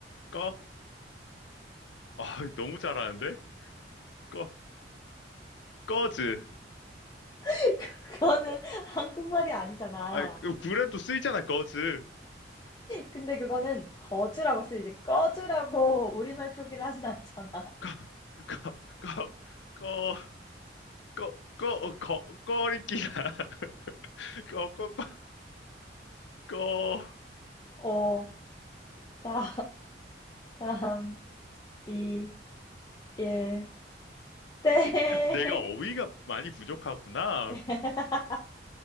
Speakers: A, on the left; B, on the left.
A: 꺼. 아, 너무 잘하는데? 꺼, 꺼즈.
B: <laughs> 그거는 한국말이 아니잖아.
A: 아, 그래도 쓰이잖아, 꺼즈.
B: 근데 그거는 거즈라고 쓰이지 꺼즈라고 우리말 표기를 하진 않잖아. <laughs>
A: 꺼, 꺼, 꺼, 꺼, 꺼, 꺼, 어, 꺼, 꺼리끼나. <laughs> 꺼, 꺼, 꺼, 꺼.
B: 5, 4, 3, 2, 1, 땡!
A: 내가 어휘가 많이 부족하구나.
B: <laughs>